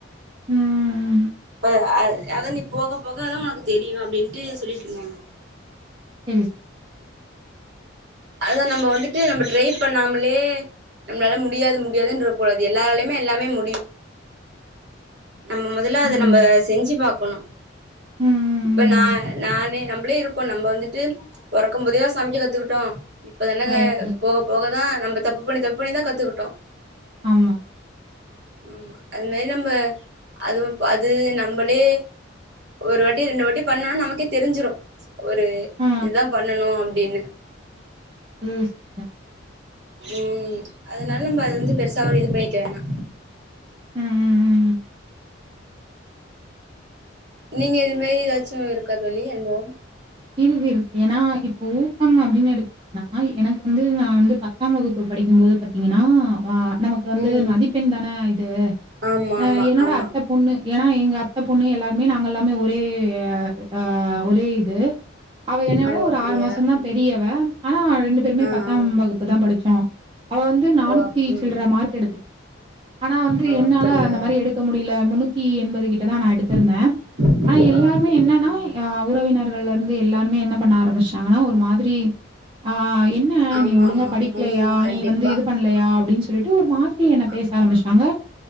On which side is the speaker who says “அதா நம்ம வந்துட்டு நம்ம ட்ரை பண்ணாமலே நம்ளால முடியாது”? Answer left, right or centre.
Right